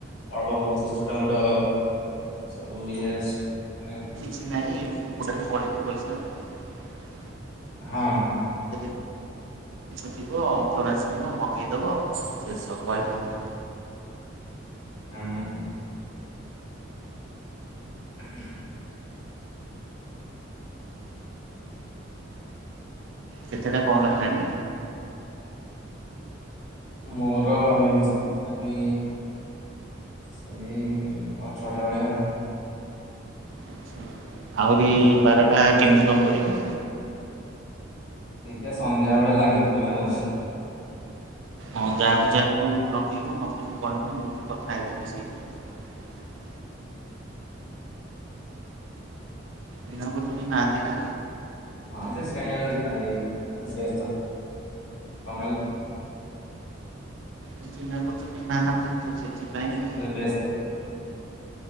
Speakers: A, on the left (about 85°); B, on the right (about 70°).
A: ଅଳ୍ପବହୁତ ଛୋଟମୋଟ। ସବୁ ୟେସ ମାନେ।
B: କିଛି ନାହିଁ ଏଇ <inaudible> ପଳେଇବ ପଇସା ଆଉ।
A: ହଁ ହଁ।
B: ପଇସା ଥିବ ଅଫର ଆସିଯିବ ମଗେଇଦବ ଶେଷ <unintelligible> ମୁଣ୍ଡ। <inaudible>
A: ହୁଁ। <inaudible>
B: କେତେଟା କଲ ହେଲାଣି।
A: ମୋର ହେଇଛି ତଥାପି। ସେଇ ଅଠରଟା ଭଳିଆ ଆଉ।
B: ଆଚ୍ଛା। ଆହୁରି
A: ତମ
B: ବାରଟା
A: ତମ
B: କେମିତି କଣ କରିବା।
A: ଦେଖିବା ସନ୍ଧ୍ୟା ବେଳେ ଲାଗି ପଡିବା ଆଉ
B: ହଁ ଯାହାକୁ ଯାହାକୁ ଲଗେଇବୁ ମତେ ବି କହିବୁ ମୁଁ ବି କଥା ହେଇଯିବି ସେଇ। <unintelligible> ବିଣାପ ତୁନି ନାହାନ୍ତି ନା।
A: ହଁ ସେଜ କାହିଁ ଆଉ ରିପ୍ଲାଏ ଦେଇନି ବଧେ ବ୍ୟସ୍ତ ଙ୍କ କହିଲ।
B: ଚିହ୍ନା ପରିଚୟ କେହି ନାହାନ୍ତି ତ ସେଥିପାଇଁ।
A: ବୋଧେ ବ୍ୟସ୍ତ